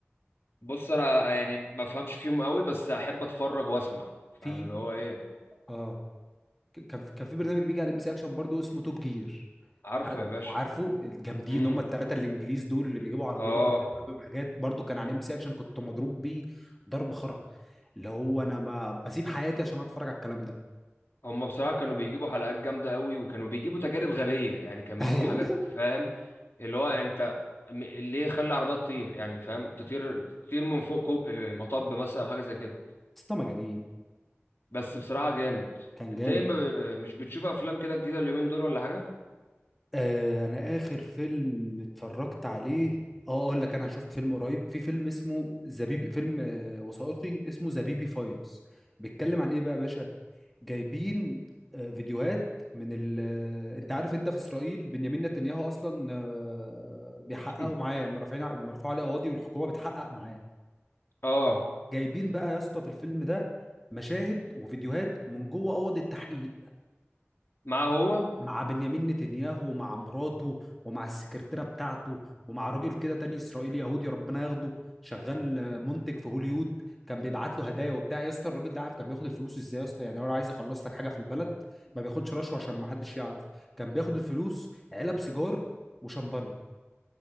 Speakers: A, on the left (about 60°); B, in the centre.
A: بص انا يعني ما فهمش فيهم قوي بس احب اتفرج واسمع فاهم
B: في
A: اللي هو ايه
B: اه ك- كان في... كان في برنامج بيجي على ام بي سي اكشن برضو اسمه توب جير
A: عارفه
B: عار-
A: يا باشا
B: عارفه الجامدين
A: امم
B: هم الثلاثه الانجليز دول اللي بيجيبوا عربيات
A: اه
B: ويقعدوا يعملوا بيهم حاجات برضو كان على ام بي سي اكشن كنت مضروب بيه ضرب خرا اللي هو انا ما بسيب حياتي عشان اتفرج على الكلام ده
A: هم بصراحه كانوا بيجيبوا حلقات جامده قوي وكانوا بيجيبوا تجارب غبيه يعني كانوا بيجيبوا
B: <laughs> ايوه
A: حاجات فاهم اللي هو انت م- ليه خلي العربيه تطير يعني فاهم تطير تطير من فوق كوب المطب مثلا او حاجه زي كده
B: اسطى مجانين
A: بس بصراحه جامد
B: كان
A: انت
B: جامد
A: ايه ما ب... مش بتشوف افلام كده جديده اليومين دول ولا حاجه
B: آه انا اخر فيلم اتفرجت عليه اه اقول لك انا شفت فيلم قريب في فيلم اسمه زبيبي فيلم آه وثائقي اسمه زبيبي فايلز بيتكلم عن ايه بقى يا باشا جايبين آه، فيديوهات من ال... آه، انت عارف انت في اسرائيل بنيامين نتنياهو اصلا آه، بيحققوا
A: <clears throat>
B: معاه مرفوعين مرفوع عليه قواضي والحكومه بتحقق معاه
A: اه
B: جايبين بقى يا اسطى في الفيلم ده مشاهد وفيديوهات من جوه اوض التحقيق
A: معاه هو
B: مع بنيامين نتنياهو ومع مراته ومع السكرتيرة بتاعته ومع راجل كده تاني إسرائيلي يهودي ربنا ياخده شغال آه، منتج في هوليوود كان بيبعت له هدايا وبتاع يا اسطى الراجل ده عارف كان بياخد الفلوس ازاي يا اسطى يعني هو لو عايز يخلص لك حاجة في البلد ما بياخدش رشوة عشان ما حدش يعرف كان بياخد الفلوس علب سيجار وشمبانيا